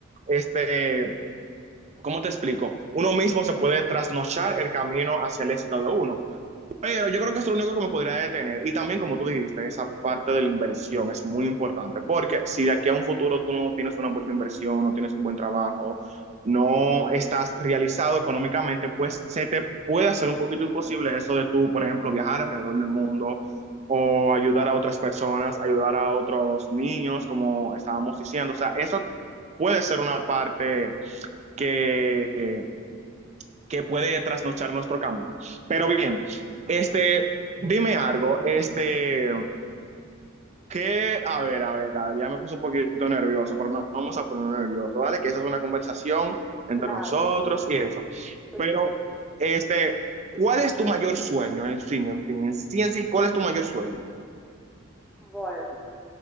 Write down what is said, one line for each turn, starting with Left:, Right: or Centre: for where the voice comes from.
Right: este, ¿cómo te explico? Uno mismo se puede trasnochar el camino hacia el éxito de uno. Pero yo creo que eso es lo único que me podría detener. Y también, como tú dijiste, esa parte de la inversión es muy importante, porque si de aquí a un futuro tú no tienes una buena inversión, no tienes un buen trabajo, no estás realizado económicamente, pues se te puede hacer un poquito imposible eso de tú, por ejemplo, viajar alrededor del mundo o ayudar a otras personas, ayudar a otros niños, como estábamos diciendo. O sea, eso puede ser una parte que... eh, que puede trasnochar nuestro camino. Pero bien, este, dime algo, este, que, a ver, a ver, a ver, ya me puse un poquito nervioso, pero no vamos a poner nervioso, ¿vale? Que esa es una conversación entre
Centre: claro.
Right: nosotros y eso.
Centre: Pues,
Right: Pero, este, ¿cuál es tu mayor sueño? En fin, en fin, en sí, en sí, ¿cuál es tu mayor sueño?
Centre: bueno,